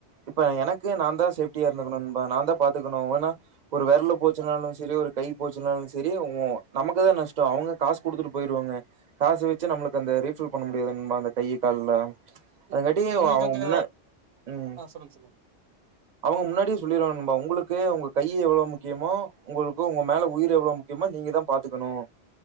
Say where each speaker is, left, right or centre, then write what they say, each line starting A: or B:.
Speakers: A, on the right (about 50°); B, on the right (about 75°).
A: இப்ப எனக்கு நான் தான் சேப்டியா இருந்துகணும்பா நான் தான் பாத்துக்கணும்ன்னா
B: ஆமா
A: ஒரு
B: ஆமா
A: விரலு போச்சனாலும்
B: கரெக்ட்
A: சரி ஒரு கை போச்சுனாலும் சரி நமக்குதான் நஷ்டம் அவுங்க காசு குடுத்துட்டு போயிடுவாங்க காசு வச்சு நம்மளுக்கு அந்த ரீபில் பண்ண முடியாதுமா அந்த கையி கால்லா
B: உ
A: அதுங்காட்டி
B: உங்களுக்கு
A: அவங்க
B: அந்த
A: முன்னா ம்
B: ஆஹ சொல்லுங்க சொல்லுங்க
A: அவங்க முன்னாடியே சொல்லிருவாபா உங்களுக்கு உங்க கையி எவ்வளவு முக்கியமோ உங்களுக்கு உங்க மேல உயிர் எவ்வளவு முக்கியமோ நீங்க தான் பாத்துக்கணும்